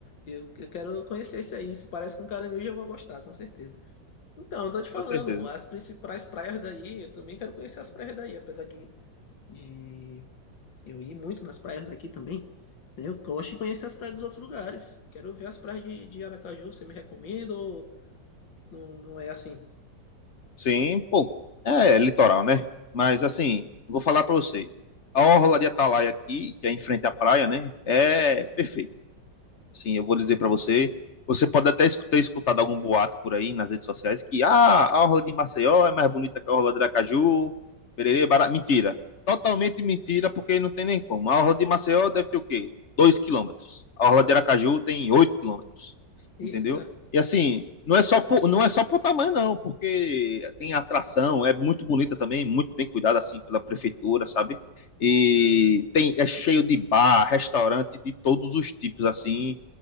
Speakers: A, on the left; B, on the left.
A: Eu, eu quero conhecer esse aí. Se parece com caranguejo, eu vou gostar, com certeza. Então, eu tô te falando,
B: com certeza.
A: as principais praias daí, eu também quero conhecer as praias daí, apesar de, de eu ir muito nas praias daqui também. né? Eu gosto de conhecer as praias dos outros lugares. Quero ver as praias de, de Aracaju. Você me recomenda ou não, não é assim?
B: Sim, pô, é litoral, né? Mas assim, vou falar pra você. A orla de Atalaia aqui, que é em frente à praia, né? É perfeita. Assim, eu vou dizer para você, você pode até escu- ter escutado algum boato por aí nas redes sociais que ah, a orla de Maceió é mais bonita que a orla de Aracaju, pererê, bará. Mentira. Totalmente mentira, porque não tem nem como. A orla de Maceió deve ter o quê? dois quilômetros. A orla de Aracaju tem 8 quilômetros.
A: Eita.
B: Entendeu? E assim, não é só por, não é só por tamanho, não, porque tem atração, é muito bonita também, muito bem cuidada assim pela prefeitura, sabe? E tem, é cheio de bar, restaurante de todos os tipos, assim.